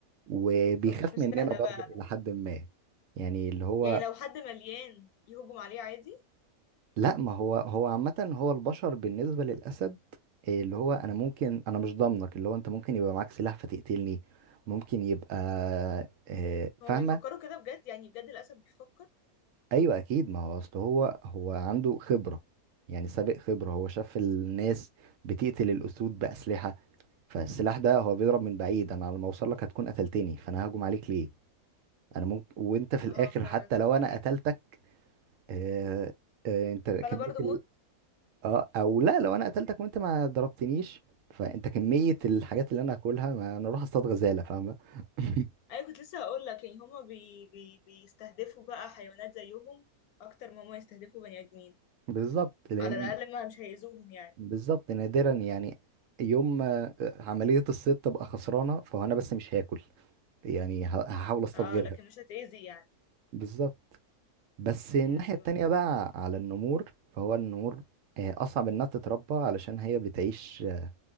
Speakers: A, on the right; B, on the left.
A: وبيخاف
B: فمش مستاهلة
A: مننا برضه
B: بقى
A: الى حد ما يعني اللي هو
B: يعني لو حد مليان يهجم عليه عادي
A: لا ما هو هو عامة هو البشر بالنسبة للاسد إيه اللي هو انا ممكن انا مش ضامنك اللي هو انت ممكن يبقى معاك سلاح فتقتلني ممكن يبقى آه،
B: هما
A: فاهمة
B: بيفكروا كده بجد يعني بجد الأسد بيفكر
A: ايوه اكيد ما هو اصل هو هو عنده خبره يعني سابق خبره هو شاف الناس بتقتل الاسود باسلحه فالسلاح ده هو بيضرب من بعيد انا على ما اوصل لك هتكون قتلتني فانا ههجم عليك ليه انا ممكن وانت في الاخر
B: اه فعلا
A: حتى لو
B: فاهمك
A: انا قتلتك آه آه انت كميه
B: فأنا برضو
A: ال...
B: موت
A: آه او لا لو انا قتلتك وانت ما ضربتنيش فانت كميه الحاجات اللي انا هاكلها ما انا اروح اصطاد غزاله فاهمه <laughs>
B: أيوة كنت لسه هقول لك يعني هما بي بي بيستهدفوا بقى حيوانات زيهم أكتر ما هما يستهدفوا بني آدمين
A: بالظبط لان
B: على الأقل ما مش هيأذوهم يعني
A: بالظبط نادرا يعني يوم ما عملية الصيد تبقى خسرانة فهو أنا بس مش هاكل يعني ه- هحاول أصطاد
B: اه
A: غيرها
B: لكن مش هتأذي يعني
A: بالظبط بس الناحية
B: يعني دي
A: التانية
B: معلومة.
A: بقى على النمور فهو النمور آه، أصعب إنها تتربى علشان هي بتعيش آه،